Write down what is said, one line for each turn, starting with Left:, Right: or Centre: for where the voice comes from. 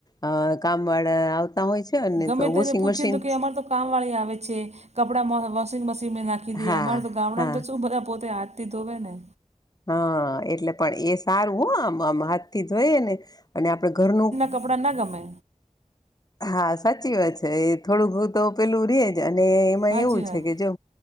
Left: અ કામ વાળા આવતા હોય છે. અને
Right: ગમે
Left: તો
Right: તેને
Left: વોશિંગ
Right: પૂછે
Left: મશીન
Right: તો કે અમાર તો કામવાળી આવે છે કપડાં વહ વોશિંગ મશીનને નાખી દઈએ
Left: હા
Right: અમારા તો ગામડામાં
Left: હા
Right: તો શું બધા પોતે હા થે ઘોવે ને
Left: હા એટલે પણ એ સારું હો આમ આમ હાથથી જોઈને અને આપડે ઘરનું
Right: કપડા ના ગમે
Left: હા સાચી વાત છે એ થોડુંક ઘ તો પેલું રેજ અને એમાં
Right: હાચી
Left: એવું
Right: વાત.
Left: છે કે જો